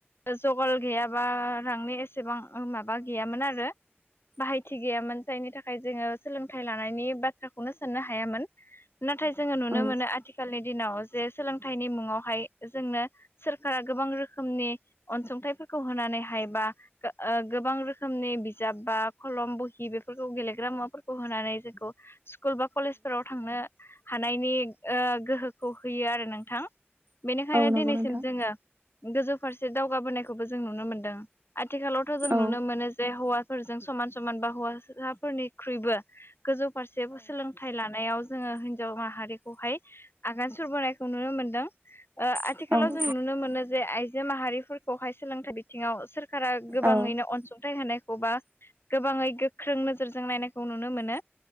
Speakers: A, on the left (about 70°); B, on the right (about 60°).
A: जगल गैयाबा रांनि एसेबां माबा गैयामोन आरो बाहायथि गैयामोन जायनि थाखाय जोङो सोलोंथाइ लानायनि बाथ्राखौनो साननो हायामोन नाथाय जोङो नुनो
B: औ
A: मोनो आथिखालनि दिनाव जे सोलोंथाइनि मुङावहाय जोंनो सोरखारा गोबां रोखोमनि अनसुंथाइफोरखौ होनानैहाय बा गोबां रोखोमनि बिजाब बा खलम बहि बेफोरखौ गेलेग्रा मुवाफोरखौ होनानै जोंखौ स्कुल बा कलेजफोराव थांनो हानायनि ओ गोहोखौ होयो आरो नोंथां बेनिखायनो
B: औ नंगौ
A: दिनैसिम
B: नोंथां
A: जोङो गोजौ फारसे दावगाबोनायखौबो जों नुनो मोनदों आथिखालावथ' जों
B: औ
A: नुनो मोनो जे हौवाफोरजों समान समान बा हौवासाफोरनिख्रुइबो गोजौ फारसेबो सोलोंथाइ लानायाव जोङो हिनजाव माहारिखौहाय आगान सुरबोनायखौ नुनो मोनदों ओ आथिखालाव
B: औ
A: जों नुनो मोनो जे आइजो माहारिफोरखौहाय सोलोंथाइ बिथिङाव सोर- सोरखारा गोबाङैनो
B: औ औ
A: अनसुंथाइ होनायखौबा गोबाङै गोख्रों नोजोरजों नायनायखौ नुनो मोनो